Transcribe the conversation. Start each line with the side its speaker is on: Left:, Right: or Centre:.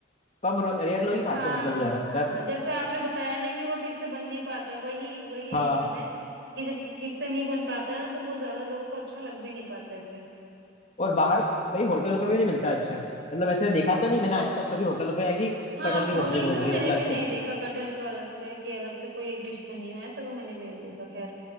Left: कम रेयर लोग ही खाते
Right: हाँ
Left: हैं मतलब वो ज्यादा
Right: हाँ
Left: ज्यादा
Right: जैसे आपने बताया ना कि वो ठीक से बन नहीं पाता है, वही वही
Left: हाँ
Right: रीजन है कि जब ठीक से नहीं बन पाता है ना तो वो ज्यादा लोगों को अच्छा लग भी नहीं पाता है फिर
Left: और बाहर कई होटलों पे भी नहीं मिलता अच्छा मतलब ऐसे देखा तो नहीं मैंने आज तक कभी होटलों पे आएगी
Right: हाँ
Left: कटहल की
Right: होटल
Left: सब्जी मिल
Right: पे तो
Left: रही
Right: मैंने
Left: है अलग
Right: भी नहीं
Left: से
Right: देखा कटहल का अलग से कि अलग से कोई एक डिश बनी हो ऐसा तो मैंने भी नहीं देखा खैर